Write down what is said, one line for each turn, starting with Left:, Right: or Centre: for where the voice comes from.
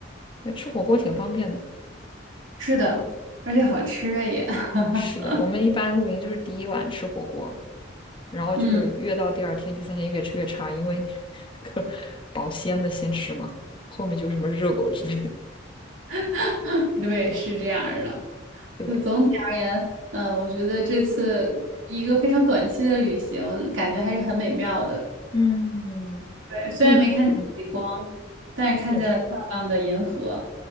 Left: 那吃火锅挺方便的。
Right: 是的，而且好吃啊也，<laughs>
Left: 是的，我们一般露营就是第一晚吃火锅，然后就是越到第二天、
Right: 嗯，
Left: 第三天越吃越差，因为你 <laughs> 那个保鲜的先吃嘛，后面就是什么热狗之类的。
Right: <laughs> 对，是这样儿的。
Left: 对，
Right: 就总体而言，呃，我觉得这次一个非常短期的旅行，感觉还是很美妙的。
Left: 嗯，
Right: 对，虽然没看见极光，
Left: 那你嗯
Right: 但是看见了漂亮的银河。
Left: 是